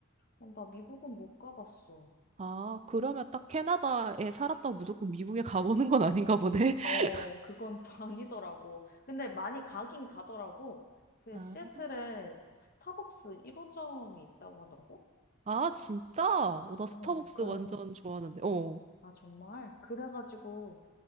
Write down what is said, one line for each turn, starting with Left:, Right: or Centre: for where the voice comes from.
Left: 어, 나 미국은 못 가봤어.
Right: 아, 그러면 딱 캐나다에 살았다고 무조건 미국에 <laughs> 가보는 건 아닌가 보네.
Left: 어,
Right: <laughs>
Left: 그건 또 <laughs> 아니더라고. 근데 많이 가긴 가더라고. 그
Right: 아.
Left: 시애틀에 스타벅스 1호점이 있다고 하더라고.
Right: 아, 진짜? 어, 나 스타벅스
Left: 어, 그래서,
Right: 완전 좋아하는데. 어.
Left: 아, 정말? 그래가지고,